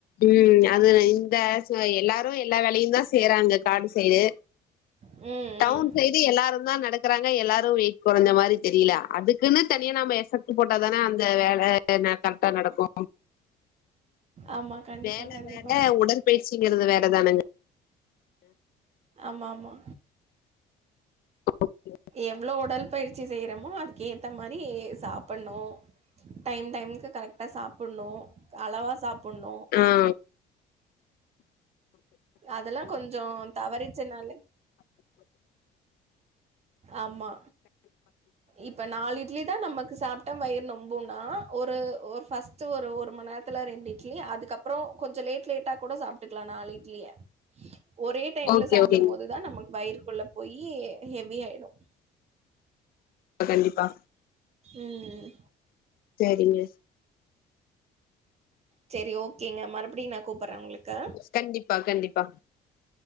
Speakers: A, on the left; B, on the right.
A: ம் அது நா இந்த எல்லாரு எல்லா வேலையு தா சேறாங்க காட்டு சைடு
B: ம்
A: டவுன்
B: ம்
A: சை டு எல்லாரு தா நடக்கிறாங்க எல்லாரு வெயிட் கொறஞ்சா மாரி தெரியல அதுக்குன்னு தனியா நாம எபெக் ட்டு போட்டாதான அந்த வேல கரெக்டா நடக்கு
B: ஆமா கண்டிப்பா
A: வேல
B: கண்டிப்பா
A: வேற உடற்பயிற்சிங்கறது வேற தானங்க
B: ஆமா ஆமா
A: <unintelligible>
B: எவ்ளோ ஒடல் பயிற்சி செய்யறோமோ அதுக்கு ஏத்த மாரி சாப்பன்னு டைம் டைமுக்கு கரெக்டா சாப்புன்னு அளவா சாப் புன்னு
A: ஆ.
B: அதெல்லா கொஞ் சோ தவரிச்சின்னாலே ஆமா இப்ப நாலு இட்லி தா நமக்கு சாப்ட்டா வயிறு நொம் புணா ஒரு ஒரு ஃபர்ஸ்ட்டு ஒரு ஒரு மண் நேரத்துல்ல ரெண்டு ட்லி அதுக்கப்புறோ கொஞ்சோ லேட் லேட்டா கூடோ சாப்ட்டுக்லா நாலு இட்லிய ஒரே டைம்ல
A: ஓகே
B: சாப்டும்
A: ஓகேங்க
B: போதுதா நமக்கு வயிறுக்குள்ள போயி ஹேவ் வி ஆயிடும்
A: கண்டிப்பா
B: ம்
A: செரிங்க
B: செரி ஓகேங்க மறுபடியு நா கூப்புட்ற உங்களுக்கு
A: கண்டிப்பா கண்டிப்பா